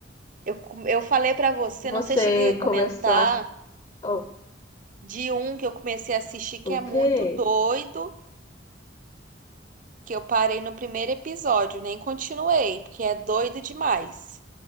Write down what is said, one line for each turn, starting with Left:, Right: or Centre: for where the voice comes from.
Right: eu, com- eu falei pra você,
Left: você
Right: não sei se cheguei a comentar,
Left: começou a. Oh,
Right: de um que eu comecei a assistir que
Left: o
Right: é
Left: quê?
Right: muito doido. que eu parei no primeiro episódio, nem continuei, porque é doido demais.